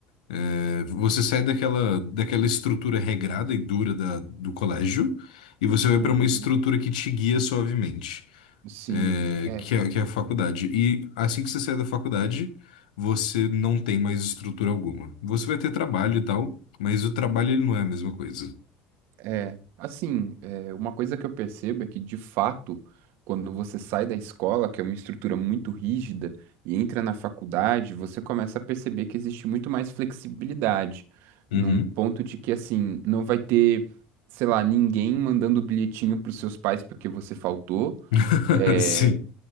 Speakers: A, on the left; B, on the right.
A: É, Você sai daquela, daquela estrutura regrada e dura da- do colégio e você vai
B: uhum,
A: para uma estrutura que te guia suavemente,
B: sim,
A: é,
B: é.
A: que é, que é a faculdade. E assim que você sai da faculdade, você não tem mais estrutura alguma. Você vai ter trabalho e tal, mas o trabalho ele não é a mesma coisa.
B: É, assim, é, uma coisa que eu percebo é que, de fato, quando você sai da escola, que é uma estrutura muito rígida, e entra na faculdade, você começa a perceber que existe muito mais flexibilidade,
A: Uhum.
B: num ponto de que, assim, não vai ter, sei lá, ninguém mandando bilhetinho para os seus pais porque você faltou.
A: <laughs>
B: É,
A: Sim,